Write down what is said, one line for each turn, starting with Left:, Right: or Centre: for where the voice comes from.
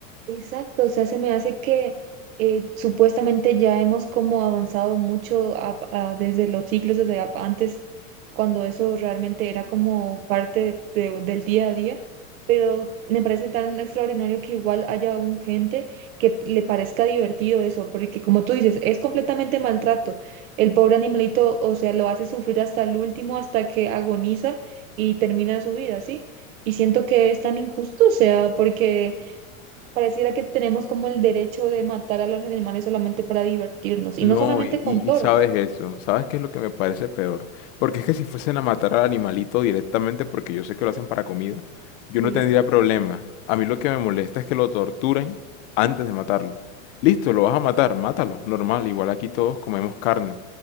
Right: Exacto, o sea, se me hace que eh, supuestamente ya hemos como avanzado mucho a- a- desde los siglos, desde a- antes, cuando eso realmente era como parte de- del día a día, pero me parece tan extraordinario que igual haya aún gente que le parezca divertido eso, porque como tú dices, es completamente maltrato. El pobre animalito, o sea, lo hace sufrir hasta el último, hasta que agoniza y termina su vida, ¿sí? Y siento que es tan injusto, o sea, porque... Pareciera que tenemos como el derecho de matar a los animales solamente para divertirnos, y
Left: No,
Right: no solamente
Left: y,
Right: con
Left: y-
Right: toros.
Left: y sabes eso, ¿sabes qué es lo que me parece peor? Porque es que si fuesen a matar al animalito directamente, porque yo sé que lo hacen para comida, yo
Right: Sí,
Left: no tendría problema. A mí lo que me molesta es que lo torturen antes de matarlo. Listo, lo vas a matar, mátalo, normal, igual aquí todos comemos carne.